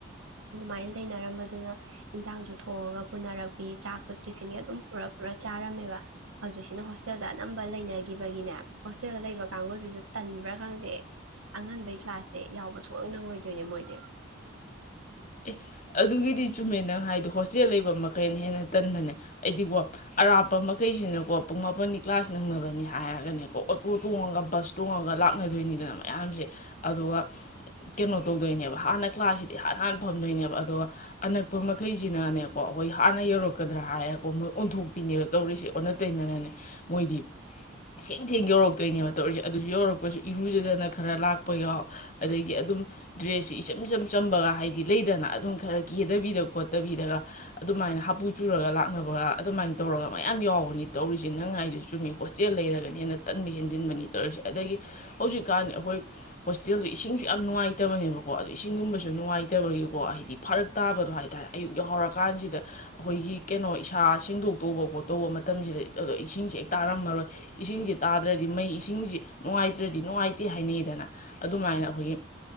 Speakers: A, on the right; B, on the left.
A: ꯑꯗꯨꯃꯥꯏꯅ ꯂꯩꯅꯔꯝꯕꯗꯨꯅ ꯏꯟꯁꯥꯡꯁꯨ ꯊꯣꯡꯉꯒ ꯄꯨꯅꯔꯛꯄꯤ ꯆꯥꯛꯀ ꯇꯤꯐꯤꯟꯒ ꯑꯗꯨꯝ ꯄꯨꯔ ꯄꯨꯔ ꯆꯥꯔꯝꯃꯦꯕ ꯍꯧꯖꯤꯛꯁꯤꯅ ꯍꯣꯁꯇꯦꯜꯗ ꯑꯅꯝꯕ ꯂꯩꯅꯈꯤꯕꯒꯤꯅꯦ ꯍꯣꯁꯇꯦꯜꯗ ꯂꯩꯕ ꯀꯥꯡꯒꯁꯤꯁꯨ ꯇꯟꯕ꯭ꯔꯥ ꯈꯪꯗꯦ ꯑꯉꯟꯕꯩ ꯀ꯭ꯂꯥꯁꯁꯦ ꯌꯥꯎꯕ ꯁꯨꯛꯅꯪ ꯅꯪꯉꯣꯏꯗꯣꯏꯅꯦ ꯃꯣꯏ ꯇꯦ
B: ꯑꯦ ꯑꯗꯨꯒꯤꯗꯤ ꯆꯨꯝꯃꯦ ꯅꯪ ꯍꯥꯏꯗꯣ ꯍꯣꯁꯇꯦꯜ ꯂꯩꯕ ꯃꯈꯩꯅ ꯍꯦꯟꯅ ꯇꯟꯕꯅꯦ ꯑꯩꯗꯤꯀꯣ ꯑꯔꯥꯞꯄ ꯃꯈꯩꯁꯤꯅꯀꯣ ꯄꯨꯡ ꯃꯥꯄꯟ ꯀ꯭ꯂꯥꯁ ꯅꯪꯅꯕꯅꯤ ꯍꯥꯏꯔꯒꯅꯦ ꯀ ꯑꯣꯇꯣ ꯇꯣꯡꯉꯒ ꯕꯁ ꯇꯣꯡꯉꯒ ꯂꯥꯛꯅꯗꯣꯏꯅꯤꯗꯅ ꯃꯌꯥꯝꯁꯦ ꯑꯗꯨꯒ ꯀꯩꯅꯣ ꯇꯧꯗꯣꯏꯅꯦꯕ ꯍꯥꯟꯅ ꯀ꯭ꯂꯥꯁꯁꯤꯗꯤ ꯍꯥꯟ ꯍꯥꯟꯅ ꯐꯝꯗꯣꯏꯅꯦꯕ ꯑꯗꯨꯒ ꯑꯅꯛꯄ ꯃꯈꯩꯁꯤꯅꯅꯦꯀꯣ ꯑꯩꯈꯣꯏ ꯍꯥꯟꯅ ꯌꯧꯔꯛꯀꯗ꯭ꯔꯥ ꯍꯥꯏꯔꯀꯣ ꯃꯣꯏ ꯑꯣꯟꯊꯣꯛꯄꯤꯅꯦꯕ ꯇꯧꯔꯤꯁꯦ ꯑꯣꯟꯅ ꯇꯩꯅꯅꯅꯦ ꯃꯣꯏꯗꯤ ꯊꯦꯡ ꯊꯦꯡ ꯌꯧꯔꯛꯇꯣꯏꯅꯦꯕ ꯇꯧꯔꯤꯁꯦ ꯑꯗꯨꯁꯨ ꯌꯧꯔꯛꯄꯁꯨ ꯏꯔꯨꯖꯗꯅ ꯈꯔ ꯂꯥꯛꯄ ꯌꯥꯎ ꯑꯗꯒꯤ ꯑꯗꯨꯝ ꯗ꯭ꯔꯦꯁꯁꯤ ꯏꯆꯝ ꯏꯆꯝ ꯆꯝꯕꯒ ꯍꯥꯏꯗꯤ ꯂꯩꯗꯅ ꯑꯗꯨꯝ ꯈꯔ ꯀꯦꯗꯕꯤꯗ ꯈꯣꯠꯇꯕꯤꯗꯒ ꯑꯗꯨꯃꯥꯏꯅ ꯍꯥꯄꯨ ꯆꯨꯔꯒ ꯂꯥꯛꯅꯕꯒ ꯑꯗꯨꯃꯥꯏꯅ ꯇꯧꯔꯒ ꯃꯌꯥꯝ ꯌꯥꯎꯕꯅꯤ ꯇꯧꯔꯤꯁꯦ ꯅꯪ ꯍꯥꯏꯗꯨ ꯆꯨꯝꯃꯤ ꯍꯣꯁꯇꯦꯜ ꯂꯩꯔꯒꯅꯤ ꯍꯦꯟꯅ ꯇꯟꯕ ꯍꯦꯟꯖꯤꯟꯕꯅꯤ ꯇꯧꯔꯤꯁꯦ ꯑꯗꯒꯤ ꯍꯧꯖꯤꯛꯀꯥꯟ ꯑꯩꯈꯣꯏ ꯍꯣꯁꯇꯦꯜꯗꯣ ꯏꯁꯤꯡꯁꯨ ꯌꯥꯝ ꯅꯨꯡꯉꯥꯏꯇꯕꯅꯦꯕꯀꯣ ꯑꯗꯣ ꯏꯁꯤꯡꯒꯨꯝꯕꯁꯨ ꯅꯨꯡꯉꯥꯏꯇꯕꯒꯤꯀꯣ ꯍꯥꯏꯗꯤ ꯐꯔꯛ ꯇꯥꯕꯗꯣ ꯍꯥꯏꯇꯥꯔꯦ ꯑꯌꯨꯛ ꯌꯥ ꯍꯧꯔꯀꯥꯟꯁꯤꯗ ꯑꯩꯈꯣꯏꯒꯤ ꯀꯩꯅꯣ ꯏꯁꯥ ꯁꯦꯡꯗꯣꯛ ꯇꯧꯕ ꯈꯣꯠꯇꯧꯕ ꯃꯇꯝꯁꯤꯗ ꯑꯗꯣ ꯏꯁꯤꯡꯁꯤꯦ ꯍꯦꯛ ꯇꯥꯔꯝꯃꯔꯣꯏ ꯏꯁꯤꯡꯁꯤ ꯇꯥꯗ꯭ꯔꯗꯤ ꯃꯩ ꯏꯁꯤꯡꯁꯤ ꯅꯨꯡꯉꯥꯏꯇ꯭ꯔꯗꯤ ꯅꯨꯡꯉꯥꯏꯇꯦ ꯍꯥꯏꯅꯩꯗꯅ ꯑꯗꯨꯃꯥꯏꯅ ꯑꯩꯈꯣꯏꯒꯤ